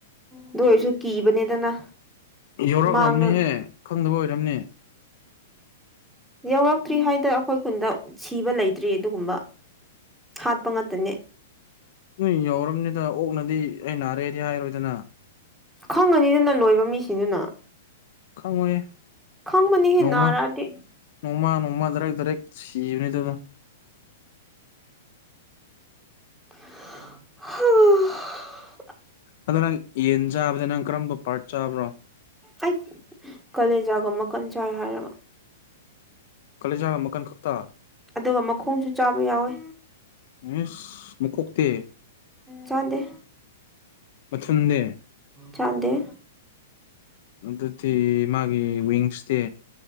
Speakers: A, in the centre; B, on the left.
A: ꯑꯗꯨ ꯑꯣꯏꯔꯁꯨ ꯀꯤꯕꯅꯤꯗꯅ
B: ꯌꯧꯔꯛ
A: ꯃꯥꯡꯉ
B: ꯑꯝꯅꯤꯍꯦ ꯈꯪꯗꯕ ꯑꯣꯏꯔꯝꯅꯤ
A: ꯌꯧꯔꯛꯇ꯭ꯔꯤ ꯍꯥꯏꯗ ꯑꯩꯈꯣꯏ ꯈꯨꯟꯗ ꯁꯤꯕ ꯂꯩꯇ꯭ꯔꯤ ꯑꯗꯨꯒꯨꯝꯕ ꯍꯥꯠꯄ ꯉꯥꯛꯇꯅꯦ
B: ꯅꯣꯏ ꯌꯧꯔꯝꯅꯤꯗ ꯑꯣꯛꯅꯗꯤ ꯑꯩ ꯅꯥꯔꯦꯗꯤ ꯍꯥꯏꯔꯣꯏꯗꯅ
A: ꯈꯪꯒꯅꯤꯗꯅ ꯂꯣꯏꯕ ꯃꯤꯁꯤꯡꯗꯨꯅ
B: ꯈꯪꯉꯣꯏꯌꯦ
A: ꯈꯪꯕꯅꯤꯍꯦ
B: ꯅꯣꯡꯃ
A: ꯅꯥꯔꯛꯑꯗꯤ
B: ꯅꯣꯡꯃ ꯅꯣꯡꯃ ꯗꯥꯏꯔꯦꯛ ꯗꯥꯏꯔꯦꯛ ꯁꯤꯕꯅꯦꯗ
A: ꯍꯥ
B: ꯑꯗꯣ ꯅꯪ ꯌꯦꯟ ꯆꯥꯕꯗ ꯅꯪ ꯀꯔꯝꯕ ꯄꯥꯔꯠ ꯆꯥꯕ꯭ꯔꯣ
A: ꯑꯩ ꯀꯂꯦꯖꯥꯒ ꯃꯀꯟ ꯆꯥꯏ ꯍꯥꯏꯔꯒ
B: ꯀꯂꯦꯖꯥꯒ ꯃꯀꯟ ꯈꯛꯇꯥ
A: ꯑꯗꯨꯒ ꯃꯈꯣꯡꯁꯨ ꯆꯥꯕ ꯌꯥꯎꯋꯦ
B: ꯏꯁ ꯃꯀꯣꯛꯇꯤ
A: ꯆꯥꯗꯦ
B: ꯃꯊꯨꯟꯗꯤ
A: ꯆꯥꯗꯦ
B: ꯑꯗꯨꯗꯤ ꯃꯥꯒꯤ ꯋꯤꯡꯁꯇꯤ